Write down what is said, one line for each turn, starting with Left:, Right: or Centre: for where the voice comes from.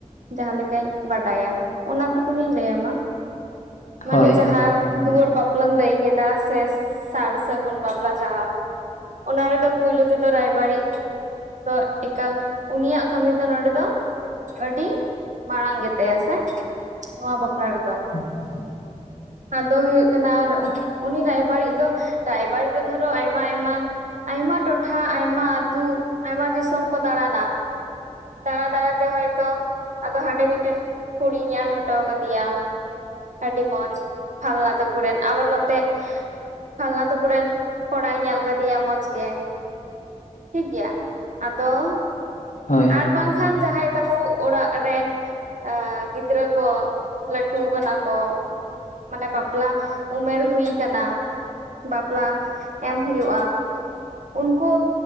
Right: ᱡᱟᱦᱟᱸ ᱞᱮᱠᱟᱧ ᱵᱟᱰᱟᱭᱟ ᱚᱱᱟ ᱴᱩᱠᱩ ᱜᱤᱧ ᱞᱟᱹᱭᱟ ᱢᱟ ᱢᱟᱱᱮ
Left: ᱦᱳᱭ
Right: ᱡᱟᱦᱟᱸ ᱫᱩᱣᱟᱹᱨ ᱵᱟᱯᱞᱟᱢ ᱞᱟᱹᱭ ᱠᱮᱫᱟ ᱥᱮ ᱥᱟᱨ ᱥᱟᱹᱜᱩᱱ ᱵᱟᱯᱞᱟ ᱡᱟᱦᱟᱸ ᱚᱱᱟ ᱨᱮᱫᱚ ᱯᱩᱭᱞᱩ ᱛᱮᱫᱚ ᱨᱟᱭᱵᱟᱨᱤᱡ ᱫᱚ ᱮᱠᱟᱞ ᱩᱱᱤᱭᱟᱜ ᱠᱟᱹᱢᱤ ᱫᱚ ᱱᱚᱰᱮ ᱫᱚ ᱟᱹᱰᱤ ᱢᱟᱲᱟᱝ ᱜᱮᱛᱟᱭᱟ ᱥᱮ ᱱᱚᱣᱟ ᱵᱟᱯᱞᱟ ᱨᱮᱫᱚ
Left: ᱦᱮᱸ
Right: ᱟᱫᱚ ᱦᱩᱭᱩᱜ ᱠᱟᱱᱟ ᱟᱨ ᱩᱱᱤ ᱨᱟᱭᱵᱟᱨᱤᱡ ᱫᱚ ᱨᱟᱭᱵᱟᱨᱤᱡ ᱫᱚ ᱫᱷᱚᱨᱚ ᱟᱭᱢᱟ ᱟᱭᱢᱟ ᱟᱭᱢᱟ ᱴᱚᱴᱷᱟ ᱟᱭᱢᱟ ᱟᱛᱩ ᱟᱭᱢᱟ ᱫᱤᱥᱚᱢ ᱠᱚ ᱫᱟᱬᱟᱱᱟ ᱾ ᱫᱟᱬᱟ ᱫᱟᱲᱟᱛᱮ ᱦᱚᱭᱛᱳ ᱟᱫᱚ ᱦᱟᱸᱰᱮ ᱢᱤᱫᱴᱮᱱ ᱠᱩᱲᱤᱭ ᱧᱮᱞ ᱦᱚᱴᱚ ᱠᱟᱫᱮᱭᱟ ᱟᱹᱰᱤ ᱢᱚᱸᱡᱽ ᱯᱷᱟᱞᱱᱟ ᱛᱟᱠᱚ ᱨᱮᱱ ᱟᱵᱟᱨ ᱱᱚᱛᱮ ᱯᱷᱟᱞᱱᱟ ᱛᱟᱠᱨᱮᱱ ᱠᱚᱲᱟᱭ ᱧᱮᱞ ᱟᱠᱟᱫᱮᱭᱟ ᱢᱚᱸᱡᱽ ᱜᱮ ᱴᱷᱤᱠᱜᱮᱭᱟ ᱟᱫᱚ
Left: ᱦᱳᱭ
Right: ᱟᱨ ᱵᱟᱝᱠᱷᱟᱱ ᱡᱟᱦᱟᱸᱭ ᱛᱟᱠᱚ ᱚᱲᱟᱜ ᱨᱮᱱ ᱜᱤᱫᱽᱨᱟᱹ ᱠᱚ ᱞᱟᱹᱴᱩ ᱠᱟᱱᱟ ᱠᱚ ᱢᱟᱱᱮ ᱵᱟᱯᱞᱟ ᱩᱢᱮᱨ ᱦᱩᱭ ᱟᱠᱟᱱᱟ ᱾ ᱵᱟᱯᱞᱟ ᱮᱢ ᱦᱩᱭᱩᱜᱼᱟ ᱩᱱᱠᱩ